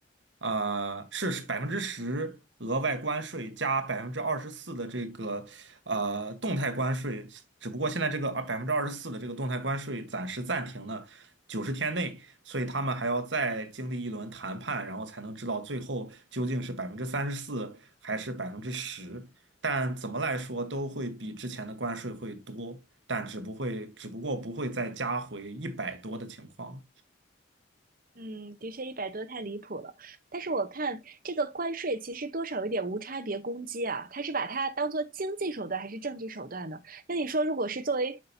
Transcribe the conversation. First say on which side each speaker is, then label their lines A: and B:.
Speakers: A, on the right (about 70°); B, on the right (about 50°).
A: 呃是百分之十额外关税加百分之二十四的这个呃动态关税，只不过现在这个百分之二十四的这个动态关税暂时暂停了。九十天内，所以他们还要再经历一轮谈判，然后才能知道最后究竟是百分之三十四还是百分之十。但怎么来说都会比之前的关税会多，但只不会只不过不会再加回一百多的情况。
B: 嗯，的确一百多太离谱了。但是我看这个关税其实多少有点无差别攻击啊，他是把它当做经济手段还是政治手段呢？那你说，如果是作为